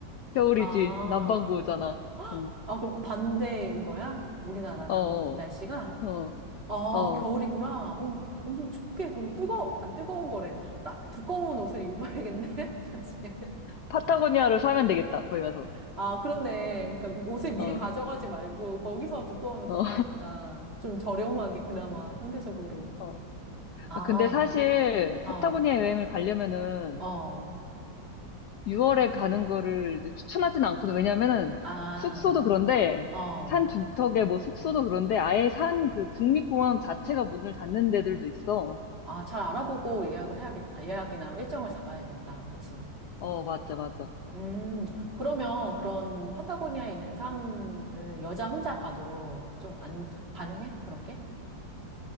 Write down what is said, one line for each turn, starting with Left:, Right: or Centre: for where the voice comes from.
Left: 겨울이지.
Right: 아,
Left: 남반구잖아. 응,
Right: 아, 그럼 반대인 거야? 우리나라랑
Left: 어, 어,
Right: 날씨가?
Left: 어.
Right: 아,
Left: 어.
Right: 겨울이구나. 어, 엄청 춥게. 그럼 뜨거, 아, 뜨거운 거래. 따, 두꺼운 옷을 입어야겠네? <laughs> 그치?
Left: 파타고니아를 사면 되겠다, 거기 가서.
Right: 아, 그렇네. 그러니까 옷을 미리
Left: 어,
Right: 가져가지 말고 거기서 두꺼운 옷을
Left: 어,
Right: 사야겠다. 좀 저렴하게, 그나마, 상대적으로.
Left: 어.
Right: 아,
Left: 아, 근데 사실
Right: 어,
Left: 파타고니아 여행을 가려면은
Right: 어,
Left: 6월에 가는 거를 이제 추천하진 않거든. 왜냐면은
Right: 아,
Left: 숙소도 그런데
Right: 어.
Left: 산 중턱에 뭐 숙소도 그런데 아예 산 그 국립공원 자체가 문을 닫는 데들도 있어.
Right: 아, 잘 알아보고 예약을 해야겠, 아, 예약이나 일정을 잡아야겠다. 그치?
Left: 어, 맞아, 맞아.
Right: 음, 그러면 그런 판타고니아에 있는 산을 여자 혼자 가도 좀 안, 가능해? 그런 게?